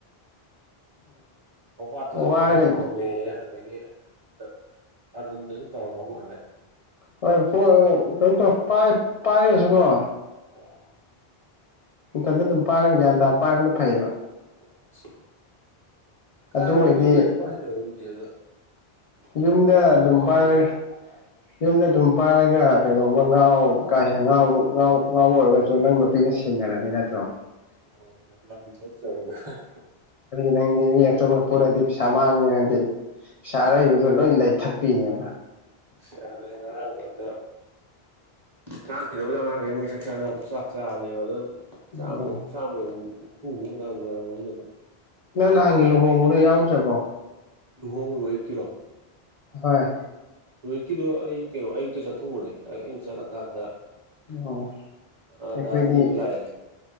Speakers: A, on the right (about 25°); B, on the left (about 50°).
A: ꯍꯣꯋꯥꯠꯇꯁꯨ
B: ꯋꯥꯔꯒ
A: ꯐꯣꯟ ꯇꯧꯔꯝꯃꯦꯌꯦ ꯑꯗꯒꯤ ꯇꯠ ꯑꯔꯨꯟꯗꯖꯨ ꯇꯧꯔꯝꯃ ꯃꯥꯜꯂꯦ
B: ꯍꯣꯏ ꯐꯣꯟ ꯀꯩꯅꯣ ꯇꯧ ꯄꯥꯏ ꯄꯥꯏꯔꯖꯨꯀꯣ
A: ꯑꯣ
B: ꯏꯊꯟꯗ ꯑꯗꯨꯝ ꯄꯥꯏꯔꯒ ꯒ꯭ꯌꯥꯟ ꯇꯥ ꯄꯥꯏꯕꯅ ꯐꯩꯑꯕ
A: ꯑꯣ ꯑꯁ ꯀꯥꯏꯗꯩꯅꯣ
B: ꯑꯗꯨ ꯑꯣꯏꯔꯗꯤ
A: ꯀꯨꯏꯔꯦꯗ ꯄꯥꯏꯗꯕꯕꯨꯗꯤ ꯑꯗ ꯉꯔꯥꯡꯗꯤ
B: ꯌꯨꯝꯗ
A: ꯋꯥꯒ
B: ꯑꯗꯨꯝ
A: ꯋꯥꯕꯤꯅꯤ
B: ꯄꯥꯏꯔꯒ ꯌꯨꯝꯗ ꯑꯗꯨꯝ ꯄꯥꯏꯔꯒ ꯀꯩꯒꯨꯝꯕ ꯉꯥꯎ ꯀꯥ ꯍꯦꯟꯅ ꯉꯥꯎ ꯉꯥꯎ ꯉꯥꯎꯕ ꯑꯣꯏꯔꯒꯁꯨ ꯅꯪꯅ ꯑꯩꯅ ꯁꯦꯟꯟꯅꯔꯅꯤ ꯅꯠꯇ꯭ꯔꯣ ꯅꯪ
A: ꯑꯣ ꯂꯝ ꯊꯣꯛ ꯆꯣꯏꯔ <unintelligible>
B: ꯅꯪꯗꯤ ꯃꯤ ꯑꯇꯣꯞꯄ ꯄꯨꯜꯂꯗꯤ ꯄꯩꯁꯥ ꯃꯥꯡꯅꯤ ꯅꯪꯗꯤ ꯄꯩꯁꯥ ꯑꯔꯩꯕ ꯑꯗꯨ ꯂꯣꯏ ꯂꯩꯊꯠꯄꯤꯅꯦꯕ
A: ꯁꯤ ꯑꯗꯨꯗꯤ ꯉꯔꯥꯡ ꯐꯎꯗꯥ ꯉꯥꯡꯈꯤꯗꯧꯕꯗ ꯑꯉꯥꯡꯈꯩ ꯃꯣꯏ ꯆꯥꯛ ꯆꯥꯅꯕ ꯆꯥꯛ ꯆꯥꯕꯅꯦꯕ ꯑꯗꯨꯗ ꯑꯗꯨꯝ ꯆꯥꯝꯃ
B: ꯎꯝ
A: ꯆꯥꯝꯃꯒꯤ ꯍꯨꯝꯐꯨ ꯃꯨꯛ ꯂꯣꯏꯔꯝꯒꯅꯤꯗ ꯑꯗꯨꯝ
B: ꯅꯪ ꯍꯪꯒꯤ ꯂꯨꯍꯣꯡꯕꯗꯣ ꯌꯥꯎꯗ꯭ꯔꯕꯣ
A: ꯂꯨꯍꯣꯡ ꯔꯣꯍꯤꯠꯀꯤꯔꯣ
B: ꯍꯣꯏ
A: ꯔꯣꯍꯤꯠꯀꯤꯗꯣ ꯑꯩ ꯀꯩꯅꯣ ꯑꯌꯨꯛꯇ ꯆꯠꯊꯣꯛꯎꯨꯔꯦ ꯑꯩꯅ ꯆꯠꯂꯀꯥꯟꯗ
B: ꯑꯣ
A: ꯑꯥ
B: ꯑꯩꯈꯣꯏꯗꯤ
A: ꯗꯥ ꯖꯤꯅꯤꯁꯨ ꯂꯛꯑꯦ